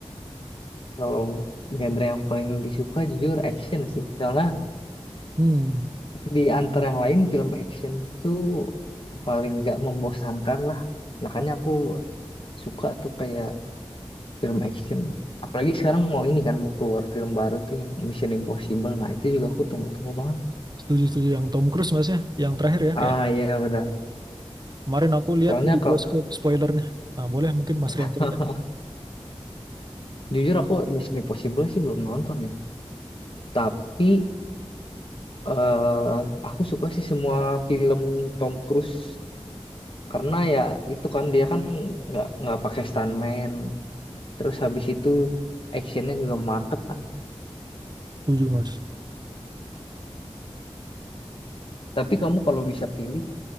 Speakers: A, on the left; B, on the right.
A: Kalau genre yang paling disuka jujur action sih. Karena
B: Hmm,
A: di antara yang lain film action tuh paling nggak membosankan lah. Makanya aku suka tuh kayak film action. Apalagi sekarang mau ini kan mau keluar film baru tuh yang Mission Impossible. Nah itu juga aku tunggu-tunggu banget.
B: setuju-setuju yang Tom Cruise mas ya. Yang terakhir ya
A: Ah
B: kayak
A: iya benar.
B: kemarin aku lihat
A: Soalnya
B: tuh di
A: kalau
B: bioskop spoilernya. Nah boleh mungkin Mas
A: <laughs>
B: Rian cerita.
A: jujur aku Mission Impossible sih belum nonton ya. Tapi eh aku suka sih semua film Tom Cruise. karena ya itu kan dia kan nggak nggak pakai stuntman terus habis itu actionnya juga mantep kan
B: Setuju mas.
A: tapi kamu kalau bisa pilih